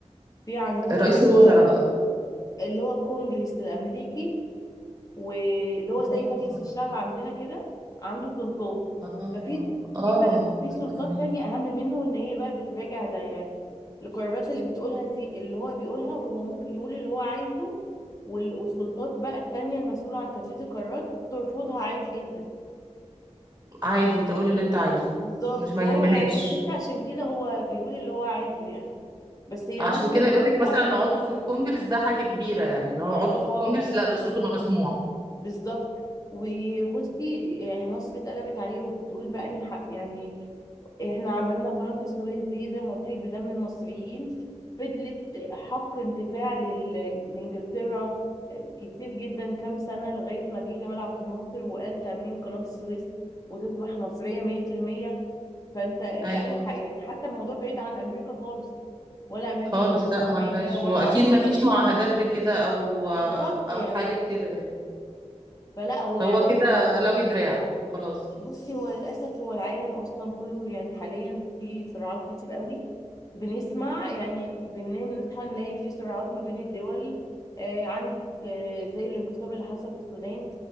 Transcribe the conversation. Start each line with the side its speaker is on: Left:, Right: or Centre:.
Left: في عندهم
Right: رئيس
Left: اللي
Right: الوزراء
Left: هو
Right: بقى
Left: اللي هو الكونجرس الامريكي واللي هو
Right: صح
Left: زي مجلس الشعب عندنا كده عنده سلطات
Right: اه
Left: ففي
Right: اه
Left: في بقى- في سلطات
Right: فهميك.
Left: تانية أهم منه إن هي بقى بتراجع ده يعني القرارات اللي بتقولها دي اللي هو بيقولها وهو ممكن يقول اللي هو عايزه وال- والسلطات بقى التانية المسؤولة عن تنفيذ القرارات ترفضها عادي جدا
Right: عادي انت قول اللي انت عايزه
Left: بالظبط
Right: مش
Left: فهو
Right: ما يهمناش
Left: يعني تحس عشان كده هو بيقول اللي هو عايزه يعني بس هي
Right: عشان
Left: مصر
Right: كده
Left: اتقلبت
Right: يقول لك مثلا
Left: عليه
Right: عضو في الكونجرس ده حاجة كبيرة يعني ان هو عضو في
Left: اه
Right: الكونجرس لا ده صوته مسموع
Left: بالظبط وبصي يعني مصر اتقلبت عليه وبتقول بقى اني حق يعني احنا عملنا قناة السويس دي زي ما قلت لك بدم المصريين فضلت حق انتفاع لل- لانجلترا كتير جدا كام سنة لغاية ما جه جمال عبد الناصر وقال تأميم قناة السويس وتصبح مصرية 100% فانت بأي
Right: ايوه
Left: حق يعني حتى الموضوع بعيد عن أمريكا خالص ولا أمريكا
Right: خالص
Left: عملت
Right: لا ملهاش
Left: حاجة ولا
Right: واكيد
Left: عملت
Right: ما فيش
Left: حاجة
Right: معاهدات بكده او
Left: بالظبط
Right: او
Left: يعني
Right: حاجة بكده يعني
Left: فلا هو يعني
Right: هو كده لوي دراع وخلاص
Left: بصي هو للأسف هو العالم أصلا كله يعني حاليا في صراعات كتير قوي بنسمع يعني بننام نصحى نلاقي في صراعات ما بين الدول آه عندك آه زي الانقسام اللي حصل في السودان